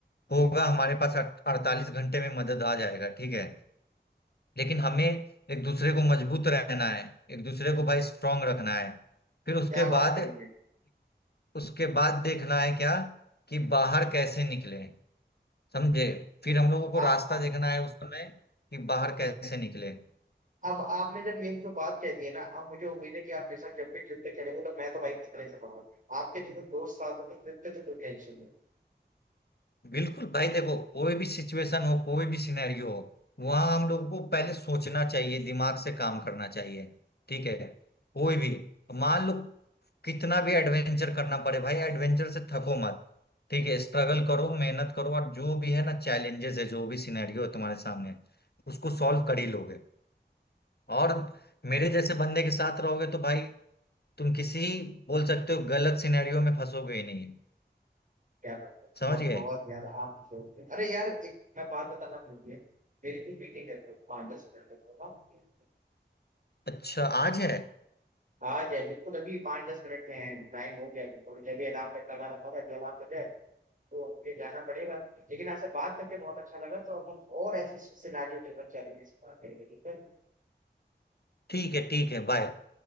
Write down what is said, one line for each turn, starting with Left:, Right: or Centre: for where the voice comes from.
Left: होगा हमारे पास अड़तालीस घंटे में मदद आ जाएगा ठीक है लेकिन हमें एक दूसरे को मजबूत रहना है एक दूसरे को भाई स्ट्रांग रखना है फिर उसके
Right: क्या बात
Left: बाद
Right: कही है
Left: उसके बाद देखना है क्या कि बाहर कैसे निकले समझे फिर हम लोगों को
Right: आप
Left: रास्ता देखना है उस समय कि बाहर कैसे निकले
Right: अब आपने जब ये जो बात कह दी है ना अब मुझे उम्मीद है कि आप हमेशा जब भी ट्रिप पे चलेंगे तो मैं तो भाई खतरे से रहूंगा आपके जैसे दोस्त साथ होते ट्रिप पे तो कोई टेंशन नहीं
Left: बिल्कुल भाई देखो कोई भी सिचुएशन हो कोई भी सिनेरियो हो वहां हम लोगों को पहले सोचना चाहिए दिमाग से काम करना चाहिए ठीक है कोई भी मान लो कितना भी एडवेंचर करना पड़े भाई एडवेंचर से थको मत ठीक है स्ट्रगल करो मेहनत करो और जो भी है ना चैलेंजेस है जो भी सिनेरियो है तुम्हारे सामने उसको सॉल्व कर ही लोगे और मेरे जैसे बंदे के साथ रहोगे तो भाई तुम किसी बोल सकते हो गलत सिनेरियो में फंसोगे ही नहीं
Right: क्या बात है
Left: समझ
Right: बहुत
Left: गए
Right: बहुत यार आप तो दोस्त हैं। अरे यार एक मैं बात बताना भूल गया मेरी भी मीटिंग है तो पाँच दस मिनट तक हाँ
Left: अच्छा आज है
Right: आ जाए बिल्कुल अभी पाँच दस मिनट में टाइम हो गया बिल्कुल मुझे भी अलार्म कट लगा रखा था जो अलार्म कट जाए तो मुझे जाना पड़ेगा लेकिन आपसे बात करके बहुत अच्छा लगा तो अब हम और ऐसे सिनारियो ड्रिवन चैलेंजेस पर बात करेंगे ठीक है
Left: ठीक है ठीक है बाय